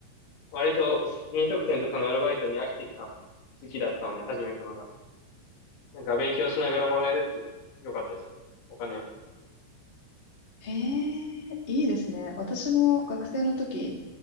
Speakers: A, on the left; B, on the left.
A: 割と、飲食店とかのアルバイトに飽きてきた時期だったので、始めたのが。なんか、勉強しながらもらえるっていうのは、良かったですね。お金を。
B: へえ、いいですね。私も学生の時、